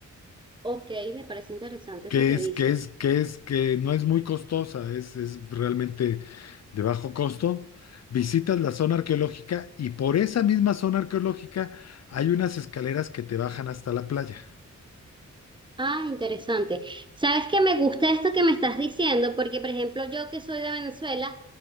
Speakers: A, on the right; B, on the left.
A: ok, me parece interesante
B: que
A: eso que
B: es,
A: dices.
B: que es, que es, que no es muy costosa, es, es realmente de bajo costo. Visitas la zona arqueológica y por esa misma zona arqueológica hay unas escaleras que te bajan hasta la playa.
A: Ah, interesante. ¿Sabes que me gusta esto que me estás diciendo? Porque, por ejemplo, yo que soy de Venezuela,